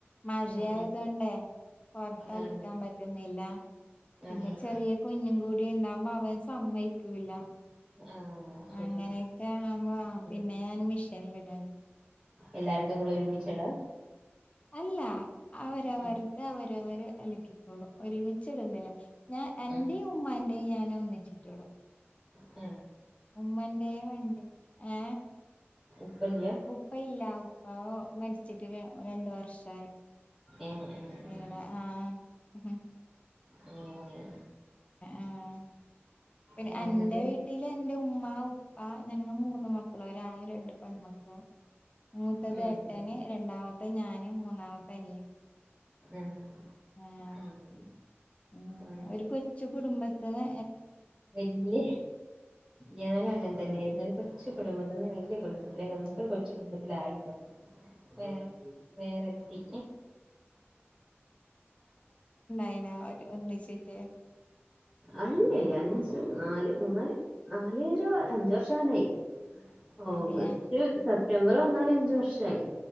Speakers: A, on the left; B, on the right.
A: മയ
B: ഉം
A: ആയതൊണ്ടേ
B: ഉം
A: പൊറത്ത് അലക്കാൻ
B: ആഹ്
A: പറ്റുന്നില്ല പിന്നെ
B: ആഹ്
A: ചെറിയ കുഞ്ഞ് കൂടി ഉണ്ടാവുമ്പോ അവൻ സമ്മയ്ക്കൂല
B: ആഹ് ശരിയാ
A: അങ്ങനെയക്കെ ആവുമ്പോ
B: ഉം
A: പിന്നെ ഞാൻ മിഷനില് ഇടല്
B: എല്ലാരതും കൂടെ ഒരുമിച്ചടാ
A: അല്ല അവരവരത്
B: ഉം
A: അവരവര് അലക്കിക്കോളും ഒരുമിച്ചിടന്നില്ല ഞാൻ എന്റെയും
B: ഉം
A: ഉമ്മാന്റെയും ഞാൻ ഒന്നിച്ചിട്ടോളും
B: അ
A: ഉമ്മന്റെ എന്റെ ഹേ
B: ഉപ്പല്ല്യ
A: ഉപ്പ ഇല്ല ഉപ്പ മരിച്ചിട്ട് രണ്ട് വർഷായി
B: ഏഹ് ഏഹ് ഏഹ്
A: ഏടാ ആഹ
B: അങ്ങനെ
A: ആഹ് പിന്നെ
B: അങ്ങനെ
A: അന്റെ
B: എന്നിട്ട്
A: വീട്ടില് എന്റെ ഉമ്മ ഉപ്പ ഞങ്ങ മൂന്ന് മക്കളാണ് ഒര് ആണ് രണ്ട് പെൺമക്കളും മൂത്തത്
B: ഉം
A: എട്ടന്
B: ഉം
A: രണ്ടാമത്തെ ഞാന് മൂന്നാമത്ത അനിയൻ
B: ആഹ്
A: ആഹ
B: ആഹ്
A: ഉം
B: ആഹ്
A: ഒരു കൊച്ചുകുടുംബത്തിന്
B: വല്യ ഞാനും അങ്ങനെ തന്നൊയിരുന്നു ഒരു കൊ കൊച്ചു കുടുംബത്തിൽ നിന്ന് വലിയ കുടുംബത്തിലേക്ക് വന്ന്പ്പോൾ കൊച്ച് കുടുംബത്തിലായിട്ടോ വേറെ വേറത്തി
A: എങ്ങനെ ഒന്നിച്ചിട്ട്
B: അല്ലല്ലേ അഞ്ച് നാല് മൂന്നാല് നാലര അഞ്ചു വർഷംആവനായി ഓഗസ്റ്റ്
A: അതെയാ
B: സെപ്റ്റംബർ വന്നാല് അഞ്ച് വർഷായി